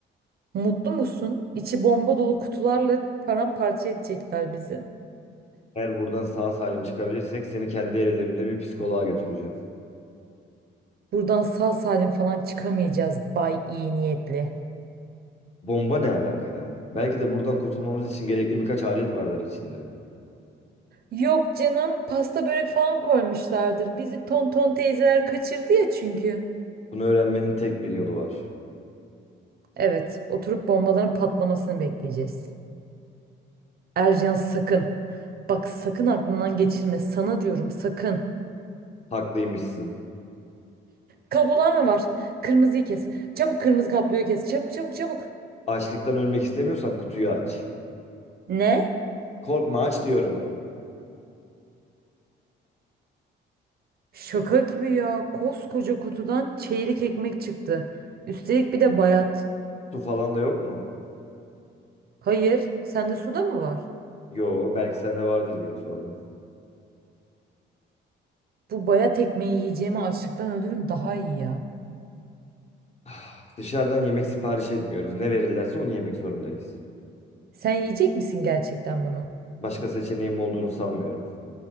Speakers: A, on the right; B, on the left.
A: Mutlu musun? İçi bomba dolu kutularla paramparça edecekler bizi.
B: Eğer buradan sağ salim çıkabilirsek seni kendi ellerimle bir psikoloğa götüreceğim.
A: Buradan sağ salim falan çıkamayacağız bay iyi niyetli.
B: Bomba ne alaka ya? Belki de buradan kurtulmamız için gerekli birkaç alet vardır içinde.
A: Yok canım pasta börek falan koymuşlardır. Bizi tonton teyzeler kaçırdı ya çünkü.
B: Bunu öğrenmenin tek bir yolu var.
A: Evet oturup bombaların patlamasını bekleyeceğiz. Ercan sakın. Bak sakın aklından geçirme. Sana diyorum sakın.
B: Haklıymışsın.
A: Kablolar mı var? Kırmızıyı kes. Çabuk kırmızı kabloyu kes. Çabuk çabuk çabuk.
B: Açlıktan ölmek istemiyorsan kutuyu aç.
A: Ne?
B: Korkma aç diyorum.
A: Şaka gibi ya. Koskoca kutudan çeyrek ekmek çıktı. Üstelik bir de bayat.
B: Su falan da yok mu?
A: Hayır, sende suda mı var?
B: Yo, belki sende vardır diye sordum.
A: Bu bayat ekmeği yiyeceğime açlıktan ölürüm daha iyi ya.
B: <sighs> Ah, Dışarıdan yemek sipariş etmiyoruz. Ne verirlerse onu yemek zorundayız.
A: Sen yiyecek misin gerçekten bunu?
B: Başka seçeneğim olduğunu sanmıyorum.